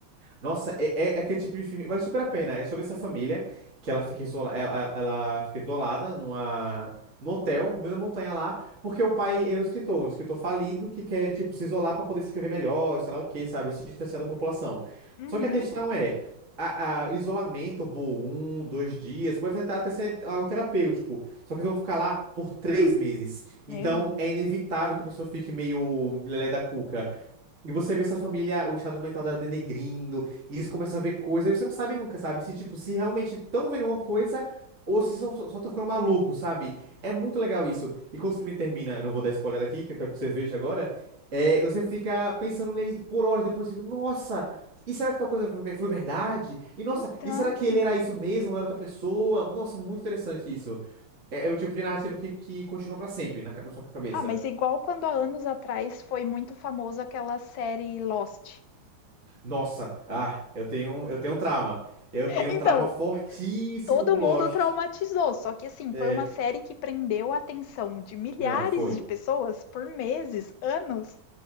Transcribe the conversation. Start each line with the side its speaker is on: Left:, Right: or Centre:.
Right: Nossa, é, é, é aquele tipo de filme. Vale super a pena. É sobre essa família que ela fica, isola, ela, ela fica isolada numa, num hotel, no meio da montanha lá, porque o pai ele é um escritor, um escritor falido que quer, tipo, se isolar para poder escrever melhor, sei lá o quê, sabe? Se distanciar da população.
Left: Uhum.
Right: Só que a questão é. A, a- isolamento por um, dois dias, pode tentar até ser algo terapêutico, só que eles vão ficar lá por três meses.
Left: Meu
Right: Então
Left: Deus.
Right: é inevitável que a pessoa fique meio lelé da cuca. E você vê essa família, o estado mental dela denegrindo, e eles começam a ver coisas, e você não sabe nunca, sabe? Se, tipo, se realmente estão vendo alguma coisa, ou se são, só estão ficando malucos, sabe? É muito legal isso. E quando o filme termina, eu não vou dar spoiler aqui, que eu quero que você veja agora, é, você fica pensando nele por horas, depois fica, nossa, e será que tal coisa foi foi verdade? E nossa,
Left: Então.
Right: e será que ele era isso mesmo, ou era outra pessoa? Nossa, muito interessante isso. É, é o tipo de narrativa que, que continua pra sempre na, ca- na sua cabeça.
Left: Ah, mas igual quando há anos atrás foi muito famosa aquela série Lost.
Right: Nossa, ah, eu tenho, eu tenho um trauma. Eu
Left: <laughs>
Right: tenho
Left: Então,
Right: um trauma fortíssimo
Left: Todo
Right: com Lost.
Left: mundo traumatizou, só que assim,
Right: É,
Left: foi uma série que prendeu a atenção de milhares
Right: não, foi.
Left: de pessoas por meses, anos,